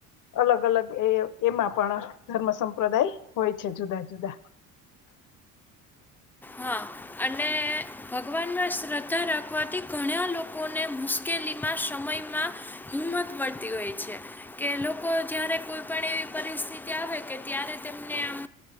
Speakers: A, on the left; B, in the centre.
A: અલગ અલગ એ એમાં પણ ધર્મ સંપ્રદાય હોય છે જુદા જુદા.
B: હા અને ભગવાનમાં શ્રદ્ધા રાખવાથી ઘણા લોકોને મુશ્કે લીમા સમમાં હિંમત મળતી હોય છે કે લોકો જયારે કોઈ પણ એવી પરિસ્થિતિ આવે કે ત્યારે તેમને આમ